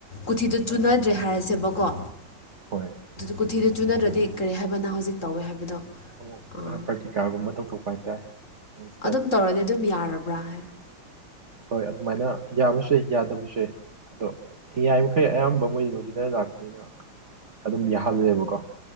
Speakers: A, on the left; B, on the right.
A: ꯀꯣꯊꯤꯗꯣ ꯆꯨꯅꯗ꯭ꯔꯦ
B: ꯑꯥ
A: ꯍꯥꯏꯔꯁꯦꯕꯀꯣ
B: ꯍꯣꯏ
A: ꯀꯣꯊꯤꯗꯨ ꯆꯨꯅꯗ꯭ꯔꯗꯤ ꯀꯔꯤ ꯍꯥꯏꯕꯅ ꯍꯧꯖꯤꯛ ꯇꯧꯋꯦ ꯍꯥꯏꯕꯗꯣ
B: ꯑꯃꯨꯛ
A: ꯑꯥ
B: ꯄ꯭ꯔꯇꯤꯀꯥꯔꯒꯨꯝꯕ ꯇꯧꯊꯣꯛꯄ ꯍꯥꯏꯇꯥꯔꯦ ꯏꯪꯂꯤꯁꯇ
A: ꯑꯗꯨꯝ ꯇꯧꯔꯗꯤ ꯑꯗꯨꯝ ꯌꯥꯔꯕ꯭ꯔꯥ ꯍꯥꯏ
B: ꯍꯣꯏ ꯑꯗꯨꯃꯥꯏꯅ ꯌꯥꯕꯁꯨ ꯌꯥꯏ ꯌꯥꯗꯕꯁꯨ ꯌꯥꯏ ꯑꯗꯣ ꯌꯥꯔꯤꯃꯈꯩ ꯑꯌꯥꯝꯕ ꯃꯣꯏꯗꯤ ꯂꯧꯁꯤꯗ ꯂꯥꯛꯄꯅꯤꯅ ꯑꯗꯨꯝ ꯌꯥꯍꯜꯂꯦꯕꯀꯣ